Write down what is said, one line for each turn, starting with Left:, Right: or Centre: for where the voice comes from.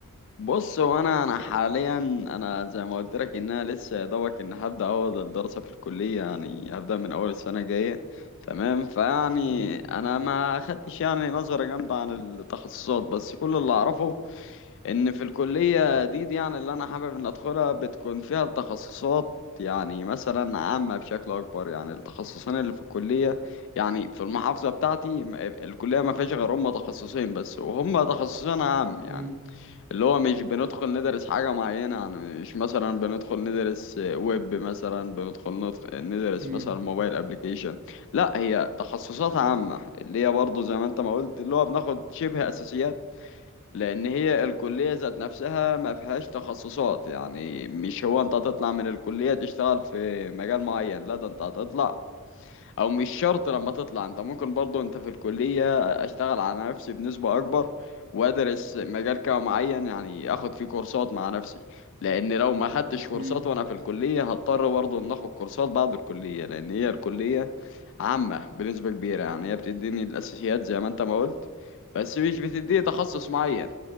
Left: بص هو أنا أنا حاليا أنا زي ما قلت لك إن أنا لسه يا دوبك إن هبدأ أول الدراسة في الكلية يعني هبدأ من أول السنة الجاية تمام فيعني
Right: مم،
Left: أنا ما خدتش يعني نظرة جامدة عن التخصصات بس كل اللي أعرفه ان في الكلية دي, دي يعني اللي انا حابب ان ادخلها بتكون فيها التخصصات يعني مثلا عامة بشكل اكبر يعني التخصصين اللي في الكلية يعني في المحافظة بتاعتي م- الكلية ما فيهاش غير هم تخصصين بس وهم تخصصين عام يعني
Right: مم،
Left: اللي هو مش بندخل ندرس حاجة معينة يعني مش مثلا بندخل ندرس ويب مثلا بندخل ندخ- ندرس
Right: مم،
Left: مثلا موبايل ابليكيشن لا هي تخصصات عامة اللي هي برضه زي ما انت ما قلت اللي هو بناخد شبه اساسيات لان هي الكليه ذات نفسها ما فيهاش تخصصات يعني مش هو انت هتطلع من الكليه تشتغل في مجال معين لا ده انت هتطلع او مش شرط لما تطلع انت ممكن برضو انت في الكليه اشتغل على نفسي بنسبه اكبر وادرس مجال كده معين يعني اخد فيه كورسات مع نفسي لان لو ما خدتش كورسات
Right: مم،
Left: وانا في الكليه هضطر برضو ان اخد كورسات بعد الكليه لان هي الكليه عامه بنسبه كبيره يعني هي بتديني الاساسيات زي ما انت ما قلت بس مش بتديه تخصص معين